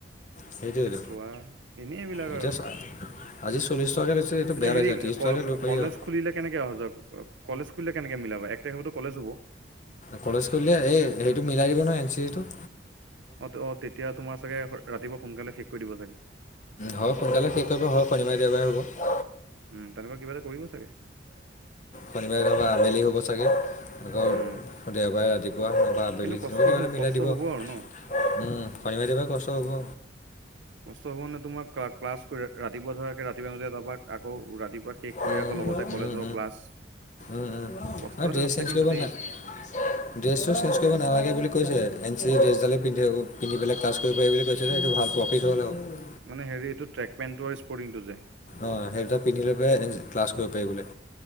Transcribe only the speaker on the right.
থোৱা এনেই এইবিলাক
আৰু
এতিয়া
হেৰি
কল
কলেজ
খুলিলে কেনেকে অহাোৱা কলেজ খুলিলে কেনেকে মিলাবা এক তাৰিখতো কলেজ হ'ব
অ', অ', তেতিয়া তোমাৰ চাগে ৰাতিপুৱা সোনকালে শেষ কৰি দিব চাগে।
উম, তেনেকুৱা কিবা এটা কৰিব চাগে।
উম
কিন্তু কষ্ট
হ
কষ্ট
হ'ব
আৰু ন
কষ্ট হ'ব নে তোমাৰ ক্লাছ ৰাতিপুৱা ধৰা ৰাতিপুৱা ম যাবাক আকৌ ৰাতিপুৱা শেষ কৰি
আকৌ লগতে কলেজৰ
ক্লাছ
কষ্ট এটা
আছে
কিন্তু
দেই
মানে এইটো ট্ৰেক পেণ্টটো আৰু স্পৰ্টিংটো যে।